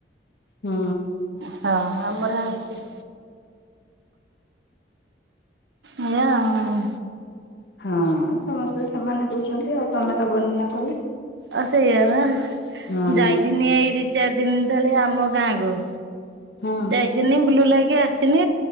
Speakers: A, on the left; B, on the right.
A: ହୁଁ।
B: ହଁ ଆମର ଅଛି। ଏଇଆ ଆଉ।
A: ହଁ ସମସ୍ତେ ସମାନ ଦଉଚନ୍ତି ଆଉ। ତମେ ଦବନି ନା କଲେ
B: ଅ ସେଇଆ ବା
A: ହଁ
B: ଯାଇଥିନି ଏଇ ଦି ଚାରି ଦିନ ତଳେ ଆମ ଗାଁ କୁ।
A: ହଁ
B: ଯାଇଥିଲି ବ୍ଲୁ ଲାଗି ଆସିନି